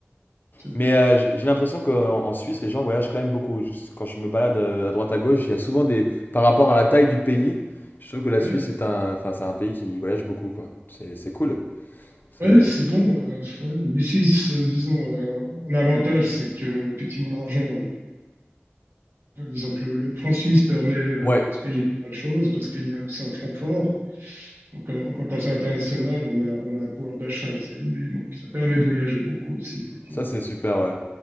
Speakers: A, on the right; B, on the left.
A: impressionnant.
B: Mais euh, j'ai j'ai l'impression qu'en en Suisse, les gens voyagent quand même beaucoup. Je- Quand je me balade euh, à droite à gauche, il y a souvent des. Par rapport à la taille du pays, je trouve que la
A: Ouais,
B: Suisse est un, enfin, c'est un pays qui voyage beaucoup, quoi. C'est, c'est cool. C'est.
A: ouais c'est bon. euh, ouais. Les Suisses, euh, disons, euh, un avantage, c'est que euh, effectivement l'argent, euh, disons que le, le franc suisse permet euh,
B: Ouais,
A: de se payer pas mal de choses parce qu'il y a c'est un franc fort. Donc, euh, en comparaison internationale, on a, on a un pouvoir d'achat, c'est- mais donc ça permet de voyager beaucoup aussi, effectivement.
B: ça c'est super, ouais.